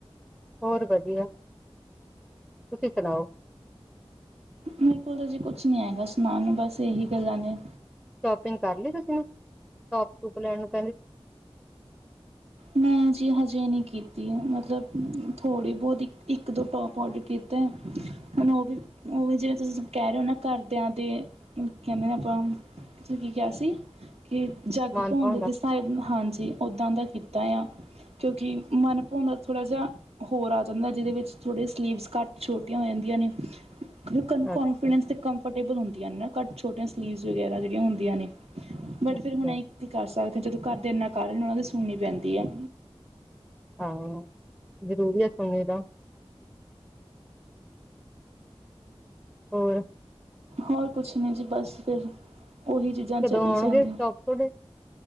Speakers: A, in the centre; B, on the right (about 80°).
A: ਹੋਰ ਵਧੀਆ ਤੁਸੀਂ ਸੁਣਾਓ
B: ਮੇਰੇ ਕੋਲ ਤਾਂ ਜੀ ਕੁਛ ਨੀ ਹੈਗਾ ਸੁਣਾਉਣ ਨੂੰ ਬਸ ਇਹੀ ਗੱਲਾਂ ਨੇ
A: ਸ਼ੋਪਿੰਗ ਕਰ ਲੀ ਤੁਸੀਂ ਟੋਪ ਟੂਪ ਲੈਣ ਨੂੰ ਕਹਿੰਦੇ
B: ਮੈਂ ਜੀ ਹਜੇ ਨਹੀਂ ਕੀਤੀ ਮਤਲਬ ਥੋੜ੍ਹੀ ਬਹੁਤ ਇੱਕ ਇੱਕ ਦੋ ਟੋਪ ਔਡਰ ਕੀਤੀ ਤੇ ਹੁਣ ਉਹ ਵੀ ਉਹ ਵੀ ਜਿਵੇਂ ਤੁਸੀਂ ਕਹਿ ਰਹੇ ਹੋ ਨਾ ਘਰਦਿਆਂ ਦੇ ਕਹਿੰਦੇ ਨੇ ਆਪਾਂ ਕੀ ਕਿਹਾ ਸੀ ਕਿ ਜਗ
A: ਮਨ
B: ਭੋਦੇ
A: ਭਾਉਂਦਾ
B: ਤੇ ਸਾਹਿਬ ਹਾਂਜੀ ਉਓਦਾਂ ਦਾ ਕੀਤਾ ਤਾਂ ਆ ਕਿਉਂਕਿ ਮਨ ਭਉਂਦਾ ਥੋੜ੍ਹਾ ਜਿਹਾ ਹੋਰ ਆ ਜਾਂਦਾ ਜਿਹਦੇ ਵਿੱਚ ਥੋੜ੍ਹੇ ਸਲੀਵਸ ਘੱਟ ਛੋਟੀਆਂ ਹੋ ਜਾਂਦੀਆਂ ਨੇ ਕਿ ਕੋਂਨਫੀਡੈਂਸ
A: ਅੱਛਾ
B: ਅਤੇ ਕੰਫਰਟੇਬਲ ਹੁੰਦੀਆਂ ਨੇ ਨਾ ਘੱਟ ਛੋਟੀਆਂ ਸਲੀਵਸ ਵਗੈਰਾ ਜਿਹੜੀਆਂ ਹੁੰਦੀਆਂ ਨੇ ਬਟ
A: ਅੱਛਾ
B: ਫਿਰ ਹੁਣ ਇਂ ਕੀ ਕਰ ਸਕਦੇ ਹ ਜਦੋਂ ਘਰ ਦੇ ਇੰਨਾ ਕਾਰਨ ਉਹਨਾਂ ਦੀ ਸੁਣਨੀ ਪੈਂਦੀ ਹੈ
A: ਹਾਂ ਜ਼ਰੂਰੀ ਆ ਸੁਣਣੀ ਦਾ ਹੋਰ
B: ਹੋਰ ਕੁਛ ਨਹੀਂ ਜੀ ਬਸ ਫਿਰ ਉਹੀ ਚੀਜ਼ਾਂ ਚੱਲ
A: ਕਦੋਂ ਆਉਣਗੇ
B: ਜਾਣਗੇ
A: ਟੋਪ ਤੁਹਾਡੇ